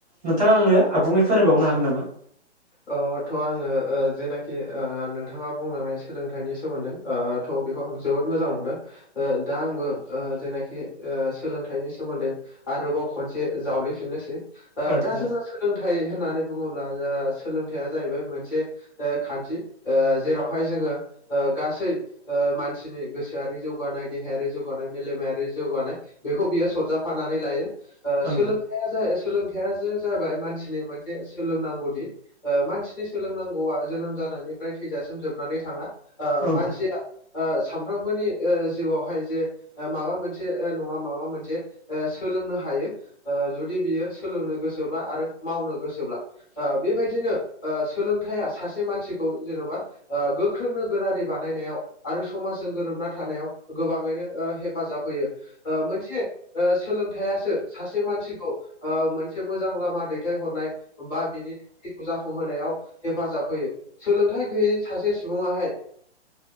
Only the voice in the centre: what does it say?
नोंथाङा आंनो आबुंयै फोरमायबावनो हागोन नामा।
औ नोंथां
औ
नोंथां
औ नोंथां